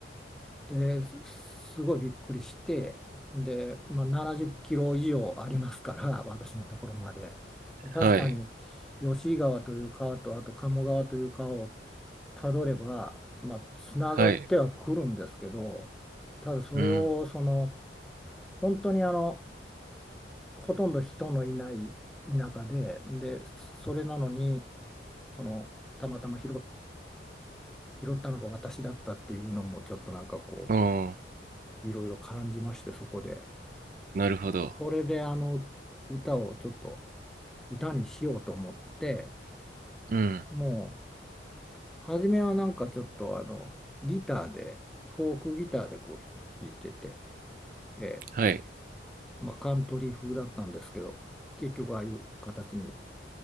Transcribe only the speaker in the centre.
で、すすごいびっくりして、で、まあ、70キロ以上ありますから、私のところまで。で、確かに吉井川という川と、
あと鴨川という川をたどれば、まあ、つながってはくるんですけど、
ただそれをその、
本当にあの、ほとんど人のいない田舎で、で、それなのに、その、たまたま拾、拾ったのが私だったっていうのも、ちょっとなんかこ
う、いろいろ感じまして、そこで。
それで、あの、歌をちょっと、歌にしようと思って、
もう、初めはなんかちょっと、あの、ギターで、フォークギターでこう、弾いてて、え
ーまあ、カントリー風だったんですけど、結局、ああいう形に